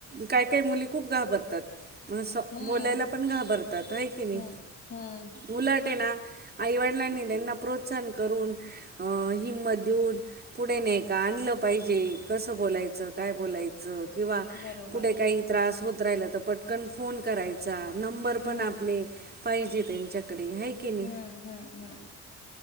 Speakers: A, on the right; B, on the left.
A: काय काय मुली खूप घाबरतात अस
B: हम्म
A: बोलायला पण घाबरतात, है किनी
B: हम्म हम्म
A: उलट ये ना, आईवडिलांनी त्यांना प्रोत्साहन करून अ हिंमत देऊन, पुढे नाही का आणलं पाहिजे, कस बोलायचं, काय बोलायचं किंवा
B: बरोबर
A: कुठे काही त्रास होत राहिला तर पटकन फोन करायच चां, नंबर
B: हम्म
A: पण आपले पाहिजे त्यांच्याकडे, है किनी
B: हं हं हं.